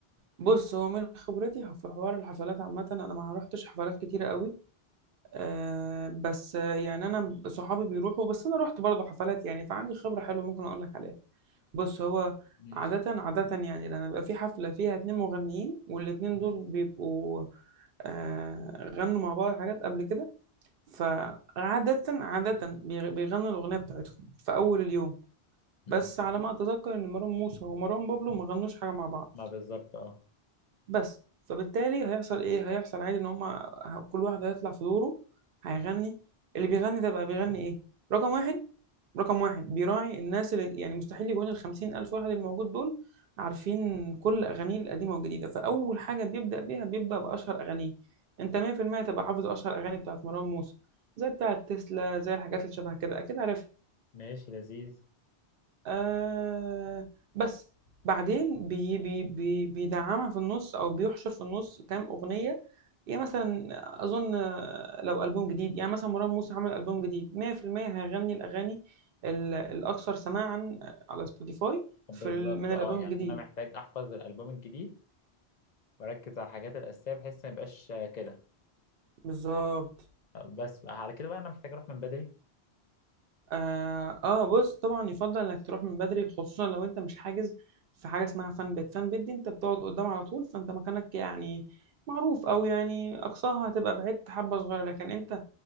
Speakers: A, on the right; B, on the left.
A: بص هو من خبرتي في حوار الحفلات عامه انا ما روحتش حفلات كتيره قوي آه بس آه، يعني انا صحابي بيروحوا بس انا رحت برضه حفلات يعني فعندي خبره حلوه ممكن اقول لك عليها بص هو
B: ماشي
A: عادة عادة يعني لما بيبقى في حفلة فيها اتنين مغنيين والاتنين دول بيبقوا آه غنوا مع بعض حاجات قبل كده فعادة عادة بيغ- بيغنوا الأغنية بتاعتهم في أول اليوم
B: مم.
A: بس على ما أتذكر إن مروان موسى ومروان بابلو ما غنوش حاجة مع بعض
B: ما بالظبط اه
A: بس فبالتالي هيحصل ايه هيحصل عادي ان هما ه- كل واحد هيطلع في دوره هيغني اللي بيغني ده بقى بيغني ايه رقم واحد رقم واحد بيراعي الناس اللي يعني مستحيل يكون الخمسين ألف واحد الموجود دول عارفين كل أغانيه القديمة والجديدة فأول حاجة بيبدأ بيها بيبدأ بأشهر أغانيه أنت 100% تبقى حافظ أشهر أغاني بتاعت مروان موسى زي بتاعت تسلا زي الحاجات اللي شبه كده أكيد عارف
B: ماشي لذيذ
A: آه بس بعدين بي بي بي بيدعمها في النص او بيحشر في النص كام اغنيه يعني مثلا اظن آه، لو البوم جديد يعني مثلا مروان موسى عمل البوم جديد 100% هيغني الاغاني ال- الاكثر سماعا على سبوتيفاي
B: بالظبط
A: في ال- من
B: اه
A: الالبوم
B: يعني
A: الجديد
B: انا محتاج احفظ الالبوم الجديد واركز على الحاجات الاساسيه بحيث ما يبقاش آه، كده
A: بالظبط
B: بس بقى على كده بقى انا محتاج اروح من بدري
A: آه, اه بص طبعا يفضل انك تروح من بدري خصوصا لو انت مش حاجز في حاجه اسمها فان بيت فان بيت دي انت بتقعد قدام على طول فانت مكانك يعني معروف او يعني اقصاها هتبقى بعدت حبه صغيره لكن انت